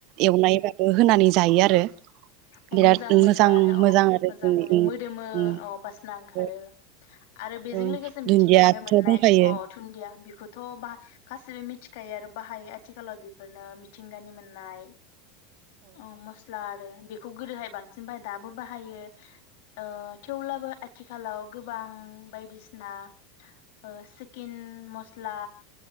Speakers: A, on the right; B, on the left.
A: एवनायबाबो होनानै जायो आरो
B: अ
A: बिराद
B: मोजां मोनो आरो अ अ
A: आरो
B: मोजां
A: जोंनि
B: मोनो
A: उम
B: मोदोमो
A: उम
B: अ बासना ओंखार
A: आरो
B: खारो आरो बेजों
A: उम
B: लोगोसे मिथिंगानिफ्राय
A: दुन्दियाथ'
B: मोननाय
A: दंखायो
B: अ दुन्दिया बि खौथ' बाह गासिबो मिथिखायो आरो बाहायो आथिखालाव बेफोरनो मिथिंगानि मोननाय। औ मस्ला आरो बि खौ गोदोहाय बांसिन बाहाय दाबो बाहायो ओ थेवब्लाबो आथिखालाव गोबां बायदिसिना ओ सिकिन मस्ला